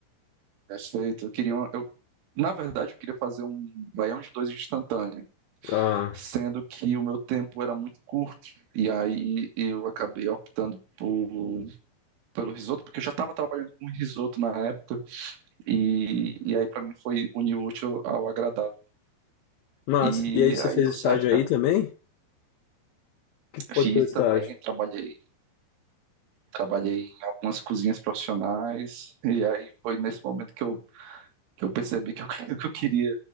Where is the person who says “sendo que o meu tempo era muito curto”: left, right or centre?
Right